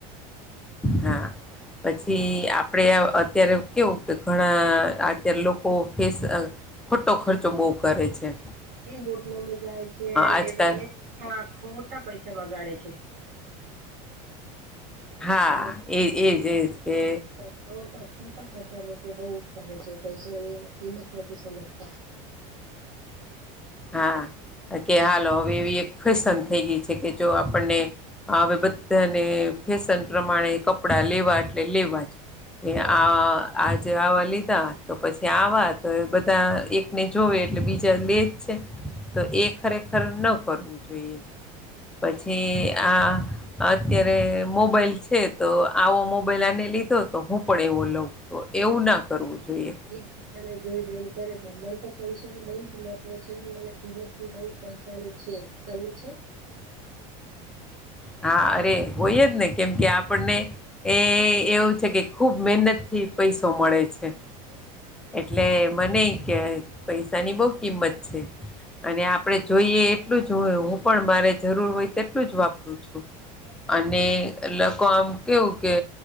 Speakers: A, in the centre; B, on the right.
A: હા. પછી આપડે અ અત્યારે કેવું કે ઘણા આત્યારે લોકો ફેસ અ ખોટો ખર્ચો બહુ કરે છે એમ.
B: હહ એ હોટલોમાં જાય છે, અને
A: આજકાલ
B: એ બધા એ ખોટા પૈસા બગાડે છે.
A: હા
B: <inaudible> હહ
A: એ એજ એજ કે
B: ખોટા ખોટા ખર્ચા લોકો બહુ જ કરે છે. પૈસાની આ કિંમત નથી સમજતા.
A: હા કે હાલો હવે એવી એક ફેશન થઈ ગઈ છે કે જો આપણને હહ હવે બધાને ફેશન પ્રમાણે કપડા લેવા એટલે લેવા જ.
B: હા
A: એ આ આજે આવા લીધા તો પછી આવા તો એ બધા એકને જોવે એટલે બીજા લેજ. તે તો એ ખરેખર ન કરવું જોઈએ. પછી આ અત્યારે મોબાઈલ છે તો આવો મોબાઈલ આને લીધો તો હું પણ એવો લઉં. તો એવું ના કરવું જોઈએ.
B: બીજાને જોઈ જોઈને કરે છે. મન તો પૈસાનું બઉ જ મહત્વ છે, મને કિંમત ભી બઉ પૈસાની છે. તમને છે?
A: હા અરે! હોય જ ને કેમ કે આપણને એ એવું છે કે ખુબ મહેનતથી પૈસો મળે છે.
B: હા
A: એટલે મને કે પૈસાની બહુ કિંમત છે. અને આપ આપણે જોઈએ એટલું જ હોય, હું પણ મારે જરૂર હોય તેટલું જ વાપરું છું.
B: હા.
A: અને અલ લોકો આમ કેવું કે